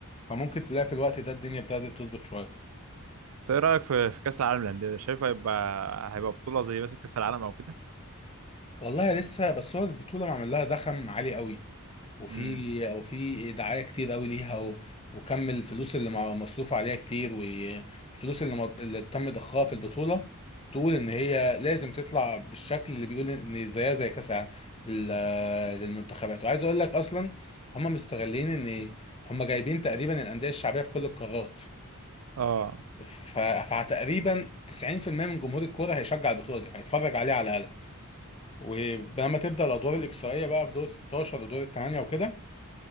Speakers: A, on the left (about 25°); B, on the right (about 75°).
A: فممكن تلاقي في الوقت ده الدنيا ابتدت تظبط شويه
B: طيب ايه رايك في في كاس العالم للانديه ده؟ شايف هيبقى هيبقى بطوله زي مثلا كاس العالم او كده
A: والله لسه بس هو البطوله معمل لها زخم عالي قوي وفي
B: امم
A: وفي دعايه كتير قوي ليها و... وكم الفلوس اللي مع- مصروف عليها كتير والفلوس اللي, م... اللي تم ضخها في البطوله تقول ان هي لازم تطلع بالشكل اللي بيقول ان زيها زي كاس العالم لل... للمنتخبات وعايز اقول لك اصلا هم مستغلين ان هم جايبين تقريبا الانديه الشعبيه في كل القارات
B: اه
A: ف... فتقريبا 90% من جمهور الكوره هيشجع البطوله دي هيتفرج عليها على الاقل ولما تبدا الادوار الاقصائيه بقى في دور 16 ودور الثمانيه وكده